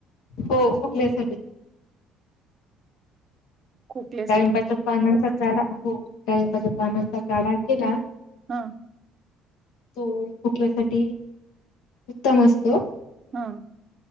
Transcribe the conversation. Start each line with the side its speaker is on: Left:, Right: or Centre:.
Left: हो खोकल्यासाठी.
Right: खोकल्यासाठी
Left: डाळिंबाच्या पानांचा काढा हो डाळिंबाच्या पानांचा काढा केला
Right: हा.
Left: तो खोकल्यासाठी उत्तम असतो.
Right: हम्म.